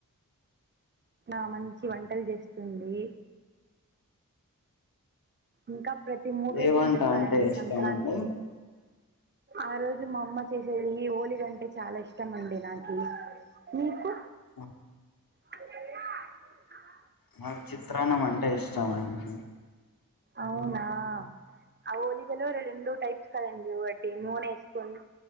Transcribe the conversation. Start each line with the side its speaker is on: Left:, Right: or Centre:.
Right: ఆ మంచి వంటలు చేస్తుంది ఇంకా ప్రతి మూడు రోజులు
Left: ఏ వంట
Right: ఉంటుంది కదండి
Left: అంటే ఇష్టం
Right: సంక్రాంతి
Left: అండి
Right: ఆ రోజు మా అమ్మ చేసేది ఈ ఓలిగంటే చాలా ఇష్టం అండి నాకు నీకు
Left: అ
Right: ఆ
Left: మాకి చిత్రాన్నం అంటే ఇష్టం అండి
Right: అవునా ఆ ఓలిగలో రెండు టైప్స్ కదండి ఒకటి నూనె వేసుకొని